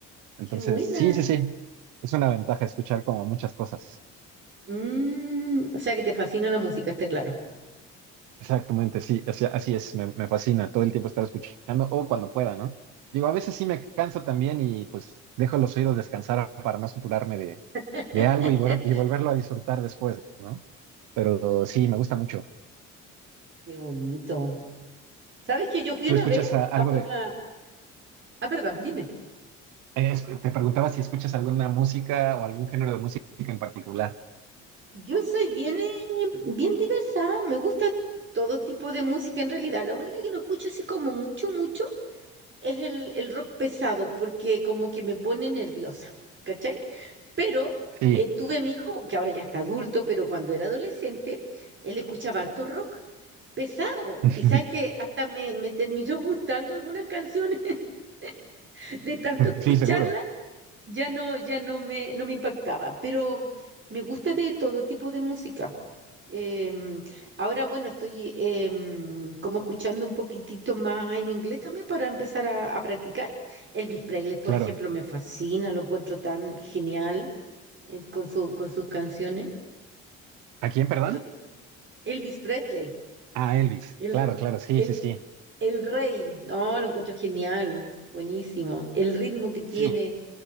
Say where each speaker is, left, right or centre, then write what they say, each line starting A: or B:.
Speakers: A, on the right; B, on the right.
A: Entonces,
B: Qué buena.
A: sí, sí, sí, es una ventaja escuchar como muchas cosas.
B: Mm, o sea que te fascina la música, está claro.
A: Exactamente, sí, así, así es, me, me fascina todo el tiempo estar escuchando o cuando pueda, ¿no? Digo, a veces sí me canso también y pues dejo los oídos descansar para no saturarme de,
B: <laughs>
A: de algo y, vol- y volverlo a disfrutar después, ¿no? Pero sí, me gusta mucho.
B: Qué bonito. ¿Sabes que yo fui
A: ¿Tú
B: una
A: escuchas
B: vez
A: a- algo
B: a una...
A: de...
B: Ah, perdón, dime.
A: eh, es- te preguntaba si escuchas alguna música o algún género de música en particular.
B: Yo soy bien, eh, bien diversa, me gusta todo tipo de música en realidad. La única que no escucho así como mucho, mucho es el, el rock pesado, porque como que me pone nerviosa, ¿cachai? Pero
A: Sí.
B: eh, tuve a mi hijo, que ahora ya está adulto, pero cuando era adolescente, él escuchaba harto rock pesado.
A: <laughs>
B: Y sabes que hasta me, <laughs> me terminó gustando algunas canciones <laughs> de tanto escucharlas
A: Sí, seguro,
B: ya no, ya no me, no me impactaba, pero me gusta de todo tipo de música. Em, ahora, bueno, estoy em, como escuchando un poquitito más en inglés también para empezar a, a practicar. Elvis Presley, por
A: claro.
B: ejemplo, me fascina, lo encuentro tan genial eh, con su, con sus canciones.
A: ¿A quién, perdón?
B: Pero di- Elvis Presley,
A: A Elvis.
B: el,
A: Claro, claro, sí,
B: el,
A: sí, sí.
B: el rey, no, lo encuentro genial, buenísimo. El ritmo que tiene,
A: Sí,